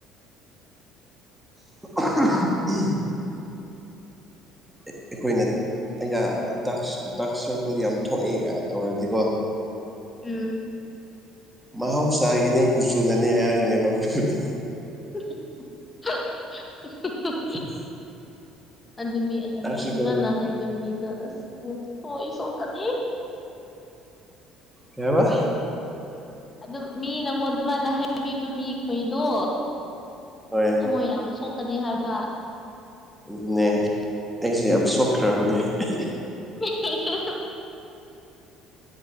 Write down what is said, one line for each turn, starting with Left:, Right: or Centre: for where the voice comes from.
Centre: <unintelligible> ꯑꯩꯈꯣꯏꯅ ꯑꯩꯅ ꯗ ꯗꯥꯛ ꯁꯔꯀꯜ ꯌꯥꯝ ꯊꯣꯛꯑꯦꯒ ꯇꯧꯔꯗꯤꯀꯣ
Left: ꯎꯝ
Centre: ꯃꯍꯧꯁꯥꯒꯤꯅꯦ ꯀꯨꯆꯨꯅꯅꯤ ꯍꯥꯏꯔꯛꯀꯅꯦꯕ ꯑꯩꯈꯣꯏꯆꯨ
Left: <unintelligible>
Centre: <inaudible>
Left: ꯑꯗꯨ
Centre: ꯗꯥꯛ
Left: ꯑꯗꯨꯃꯥꯢꯅ
Centre: ꯁꯔꯀꯜ
Left: ꯍꯥꯏꯕ ꯃꯤꯗꯣ ꯑꯁ ꯍꯣꯏ ꯁꯣꯛꯀꯅꯤ
Centre: ꯀꯩꯑꯕ
Left: ꯑꯗꯨꯝ ꯃꯤꯅꯀꯣ ꯑꯗꯨꯃꯥꯏꯅ ꯍꯥꯏꯕꯤꯕ ꯃꯤꯈꯣꯏꯗꯣ
Centre: ꯍꯣꯏ
Left: ꯊꯃꯣꯏ ꯌꯥꯝ ꯁꯣꯛꯀꯅꯤ ꯍꯥꯏꯕ
Centre: ꯑꯗꯨꯅꯦ ꯑꯩꯁꯦ ꯌꯥꯝ ꯁꯣꯛꯈ꯭ꯔꯕꯅꯦ <unintelligible>
Left: <unintelligible>